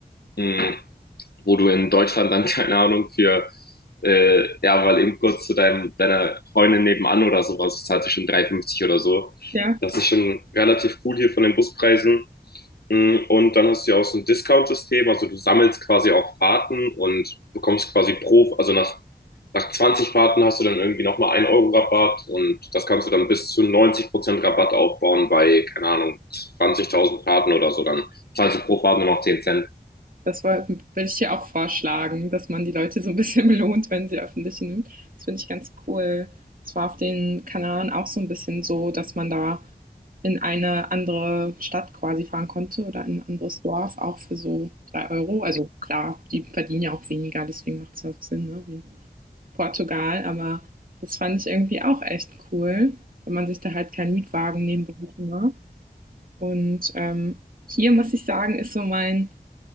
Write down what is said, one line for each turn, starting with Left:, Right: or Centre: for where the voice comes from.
Left: Mm, wo du in Deutschland dann, <laughs> keine Ahnung, für, äh, ja, weil eben kurz zu deinem, deiner Freundin nebenan oder sowas, zahlt sich schon 3,50 oder so.
Right: ja,
Left: Das ist schon relativ cool hier von den Buspreisen. Mm, Und dann hast du ja auch so ein Discount-System, also du sammelst quasi auch Fahrten und bekommst quasi pro, also nach, nach 20 Fahrten hast du dann irgendwie nochmal 1 Euro Rabatt und das kannst du dann bis zu 90% Prozent Rabatt aufbauen bei, keine Ahnung, 20.000 Fahrten oder so, dann zahlst du pro Fahrt nur noch zehn Cent.
Right: das woll würde ich dir auch vorschlagen, dass man die Leute so ein bisschen <laughs> belohnt, wenn sie öffentliche nimmt. Das finde ich ganz cool. Das war auf den Kanaren auch so ein bisschen so, dass man da in eine andere Stadt quasi fahren konnte oder in ein anderes Dorf, auch für so 3 Euro. Also klar, die verdienen ja auch weniger, deswegen macht es ja auch Sinn, ne? wie in Portugal. Aber das fand ich irgendwie auch echt cool, wenn man sich da halt keinen Mietwagen nehmen musste. Ne? Und ähm, hier muss ich sagen, ist so mein,